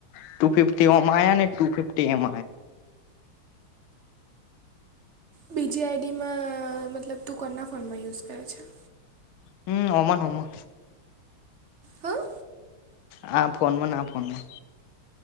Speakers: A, on the left; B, on the right.
A: ટુ ફિફ્ટ ઓમ આયા ને, ટુ ફિફટી એમ.
B: બીજી આઈડીમાં, મતલબ તું કોના ફોનમાં યુઝ કરે છે?
A: હમ, ઓમન ઓ મા.
B: હા.
A: હા, ફોનમાં ના ફોનમાં